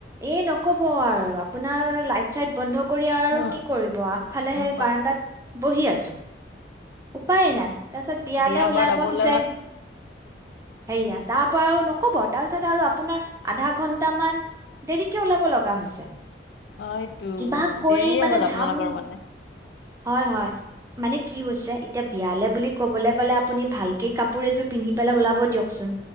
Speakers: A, on the right; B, on the left.
A: এ নকব আৰু আপোনাৰ লাইট চাইট বন্ধ। কৰি আৰু
B: অ
A: কি কৰিব আগফালে সেই
B: অ
A: বাৰেন্দাত বহি আছো উপায় নাই তাৰ পিছত বিয়ালে
B: বিয়া
A: ওলাব
B: বাৰু যাবলৈ
A: বিচাৰি সেয়া তাৰ পৰা আৰু নকব তাৰপিছত আৰু আপোনাৰ আধা ঘন্ট মান দেৰিকে ওলাব লগা হৈছে
B: হয়তু
A: কিবা কৰি
B: দেৰিয়ে
A: মানে
B: হ'ল আপোনালোকৰ
A: ধাম
B: মানে
A: হয় হয় মানে কি হৈছে এতিয়া বিয়া ভালে বুলি কবলৈ গলে আপুনি ভালকে কাপোৰ এযোৰ পিন্ধি পেলাই ওলাব দিয়কচোন